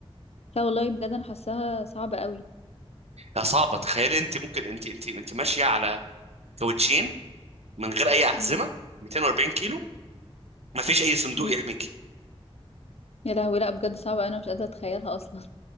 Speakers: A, on the left; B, on the right.
A: لا والله بجد انا حاساها صعبة قوي
B: يا صعبه
A: يعني
B: تخيل انت ممكن انت انت انت ماشيه على كاوتشين من غير اي احزمه
A: مم.
B: 240 كيلو ما فيش اي صندوق
A: مم.
B: يحميكي
A: يا لهوي لا بجد صعبة انا مش قادرة اتخيلها اصلا